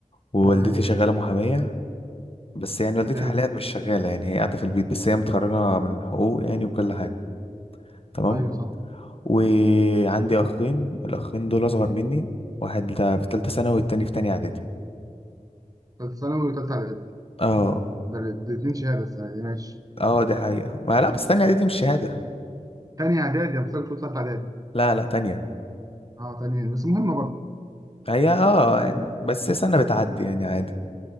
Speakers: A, on the left; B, on the right.
A: ووالدتي
B: تمام
A: شغالة محامية بس يعني والدتي
B: حلو
A: حاليا مش شغالة يعني هي قاعدة في البيت بس هي متخرجة من حقوق يعني وكل حاجة تمام
B: ايوه صح
A: وعندي اخين الاخين دول اصغر مني واحد في تالتة ثانوي والتاني في تانية اعدادي
B: ثالثه ثانوي وثالثه اعدادي
A: اه
B: ده الاثنين شهاده السنه دي ماشي
A: اه دي حقيقة ما لا بس تانية اعدادي مش شهادة
B: تاني اعدادي انا فاكر كنت ثالثه اعدادي
A: لا لا تانية
B: اه تاني بس مهمه برضه
A: هي اه يعني بس سنة بتعدي يعني عادي